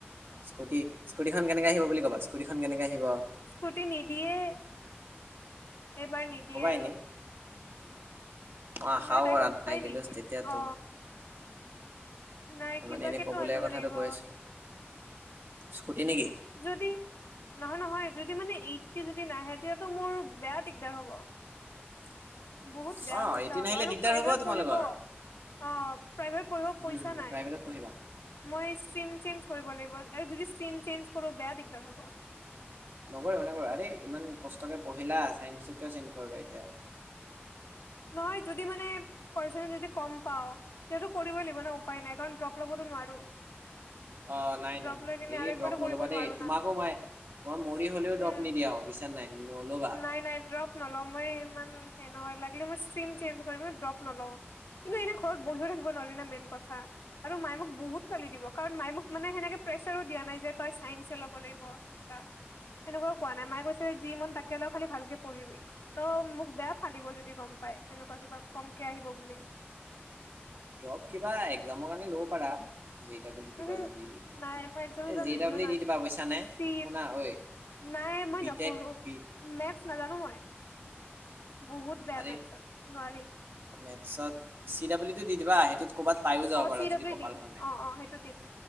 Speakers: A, on the right; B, on the left.
A: স্কুটি, স্কুটীখন কেনেকে আহিব বুলি কবা স্কুটিখন কেনেকে আহিব
B: স্কুটি নিদিয়ে। এইবাৰ নিদিয়ে
A: ক'বা
B: আৰু
A: এনেই। মই আশাও
B: নাই তাই
A: কৰা
B: গম
A: নাই
B: পাই
A: কিন্তু
B: নিদিয়ে
A: তেতিয়াতো
B: অ নাই কিবাকেতো
A: মানে এনেই ক'বলগীয়া
B: আনিব
A: কথাটো
B: লাগিব
A: কৈ আছিলো স্কুটি নেকি
B: যদি নহয় নহয় যদি মানে এইটটি যদি নাহে তেতিয়াতো মোৰ বেয়া দিগদাৰ হ'ব।
A: <inaudible>
B: বহুত বেয়া
A: অ
B: অৱস্থা
A: এইটিন
B: হ'ব
A: আহিলে
B: আৰু
A: দিগদাৰ
B: প্ৰাইভেট
A: হ'ব তোমালোকৰ
B: পঢ়িব। অ' প্ৰাইভেটত পঢ়িব
A: হুম
B: পইচা নাই
A: প্ৰাইভেটত পঢ়িবা
B: মই ষ্ট্ৰিম চেঞ্জ কৰিব লাগিব। আৰু যদি ষ্ট্ৰিম চেঞ্জ কৰো বেয়া দিগদাৰ হ'ব।
A: নকৰিবা, নকৰিবা আৰে ইমান কষ্টকে পঢ়িলা ছাইন্সটো কিয় চেঞ্জ কৰিবা এতিয়া আৰু।
B: নহয় যদি মানে পাৰ্চেটিজ যদি কম পাওঁ। তেতিয়াটো কৰিবই লাগিব ন উপায় নাই কাৰণ ড্ৰপ ল'বতো নোৱাৰো।
A: অ' নাই,
B: ড্ৰপ
A: নাই, নাই,
B: লৈ
A: নাই
B: কিনে
A: এই
B: আৰু একবাৰতো
A: ড্ৰপ
B: কৰিব
A: নল'বা
B: নোৱাৰো
A: দেই, তোমাকো
B: না।
A: মাই মই মৰি হ'লেও ড্ৰপ
B: উম।
A: নিদিয়াও। বুজিছা নাই নল'বা।
B: নাই নাই ড্ৰপ নলওঁ মই ইমান হেৰি নহয় লাগিলে মই ষ্ট্ৰ্ৰীম চেঞ্জ কৰিম, কিন্তু মই ড্ৰপ নলওঁ। কিন্তু এনে ঘৰত বহিও থাকিব নোৱাৰি না মেইন কথা। আৰু মাই মোক বহুত গালি দিব কাৰণ মাই মোক মানে সেনেকে প্ৰেছাৰো দিয়া নাই যে তই চাইন্সে ল'ব লাগিব। সেনকা সেনেকুৱাও কোৱা নাই মায়ে কৈছিলে যি মন তাকে ল খালী ভালকে পঢ়িবি ত মোক বেয়া ফালিব যদি গম পাই সেনেকুৱা কিবা কমকে আহিব বুলি।
A: ড্ৰপ কিবা একজামৰ কাৰণে ল'ব পাৰা জে দাবল ই
B: উহো।
A: দিবা যদি
B: নাই মই একজাম চেকজাম
A: এ জে
B: নিদিও
A: দাবল ই
B: না
A: দি দিবা বুজিছানে
B: চি
A: শুনা ঐ
B: নাই মই
A: বি
B: নপঢ়ো।
A: টেক বি
B: মেথছ নাজানো মই বহুত বেয়া
A: আৰে
B: মেথছত নোৱাৰি।
A: মেথছত চি ডাবল ইটো দি দিবা সেইটোত ক'ৰবাত পায়ো যাব
B: অ'
A: পাৰা
B: চি ডাবিলিও
A: যদি কপাল
B: দিম
A: ভাল থাকে
B: অ', অ' সেইটো দিম।